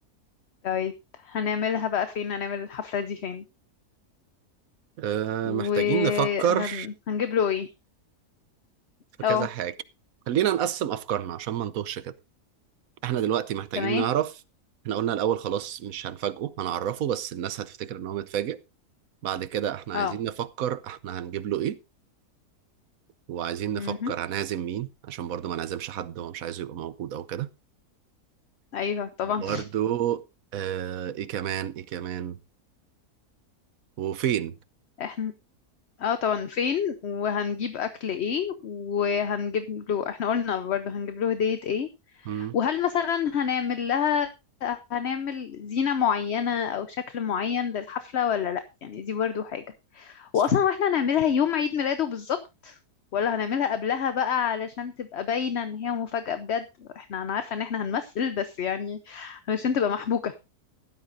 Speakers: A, on the left; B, on the right.
A: طيب هنعملها بقى فين هنعمل الحفلة دي فين
B: أه
A: وهنجيب
B: محتاجين نفكر
A: له ايه
B: في
A: اه
B: كذا حاجة خلينا نقسم أفكارنا عشان ما نتوهش كده احنا دلوقتي محتاجين
A: تمام
B: نعرف احنا قلنا الأول خلاص مش هنفاجئه هنعرفه بس الناس هتفتكر ان هو متفاجئ بعد كده احنا
A: اه
B: عايزين نفكر احنا هنجيب له ايه وعايزين نفكر
A: امم
B: هنعزم مين عشان برضه ما نعزمش حد هو مش عايزه يبقى موجود او كده
A: ايوه طبعا
B: برضه اه ايه كمان ايه كمان وفين
A: احنا اه طبعا فين وهنجيب اكل ايه وهنجيب له احنا قلنا برضه هنجيب له هدية ايه
B: مم.
A: وهل مثلا هنعمل لها هنعمل زينة معينة أو شكل معين للحفلة ولا لأ يعني دي برضو حاجة
B: صح
A: وأصلا واحنا هنعملها يوم عيد ميلاده بالظبط ولا هنعملها قبلها بقى علشان تبقى باينة إن هي مفاجأة بجد احنا أنا عارفة إن احنا هنمثل بس يعني علشان تبقى محبوكة